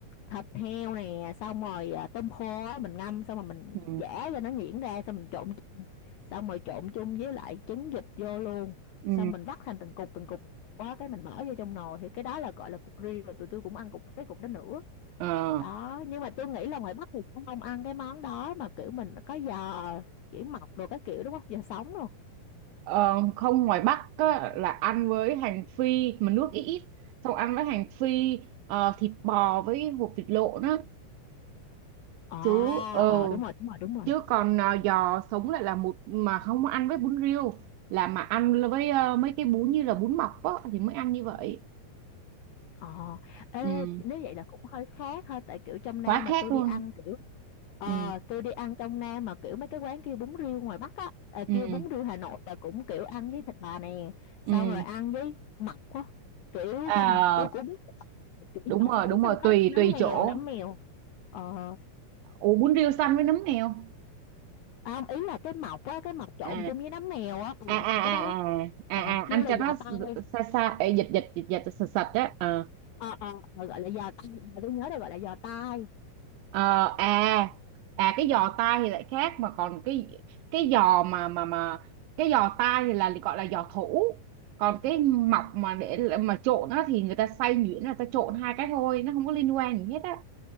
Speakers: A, on the left; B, on the right.
A: thịt heo nè xong rồi à, tôm khô á mình ngâm xong rồi mình
B: Ừ.
A: giã cho nó nhuyễn ra xong mình trộn chung xong rồi trộn chung với lại trứng vịt vô luôn
B: Ừ.
A: xong mình vắt thành từng cục từng cục quá cái mình bỏ vô trong nồi thì cái đó là gọi là cục riêu rồi tụi tôi cũng ăn cục cái cục đó nữa
B: Ờ.
A: đó nhưng mà tôi nghĩ là ngoài Bắc thì sẽ không ăn cái món đó mà kiểu mình có giò kiểu mọc rồi cái kiểu đúng không giò sống luôn
B: Ờ, không ngoài Bắc á, là ăn với hành phi mà nước ít ít xong ăn với hành phi ờ, thịt bò với hột vịt lộn á
A: ờ à,
B: chứ ờ
A: ờ đúng rồi đúng rồi đúng rồi
B: chứ còn ờ, giò sống lại là một mà không ăn với bún riêu là mà ăn với ờ, mấy cái bún như là bún mọc á thì mới ăn như vậy
A: Ờ, ê,
B: ừ.
A: nếu vậy là cũng hơi khác ha, tại kiểu trong Nam
B: quá
A: mà
B: khác
A: tôi
B: luôn
A: đi ăn kiểu ờ
B: ừ
A: tôi đi ăn trong Nam mà kiểu mấy cái quán kêu bún riêu ngoài Bắc á, à,
B: ừ
A: kêu bún riêu Hà Nội là cũng kiểu ăn với thịt bà nè, xong
B: ừ
A: rồi ăn với mọc á, kiểu
B: à,
A: không phải, tôi cũng biết là kiểu
B: đúng
A: là
B: rồi
A: sống
B: đúng rồi
A: xong có
B: tùy
A: nấm
B: tùy
A: mèo,
B: chỗ
A: nấm mèo, ờ,
B: ủ bún riêu xanh với nấm mèo
A: à, không ý là cái mọc á, cái mọc trộn
B: à
A: chung với nấm mèo á, ừ,
B: à à
A: cái đó đó,
B: à à à
A: ờ,
B: à
A: kêu
B: ăn
A: là
B: cho
A: giò
B: nó
A: tai,
B: xa xa ê, dịch dịch dịch dịch sạch sạch á ờ
A: ờ ờ ờ, gọi là giò tai, tôi nhớ là gọi là giò tai,
B: Ờ, à à cái giò tai thì lại khác mà còn cái cái giò mà mà mà cái giò tai thì là gọi là giò thủ còn cái mọc mà để mà trộn á thì người ta xay nhuyễn là ta trộn hai cái thôi nó không có liên quan gì hết á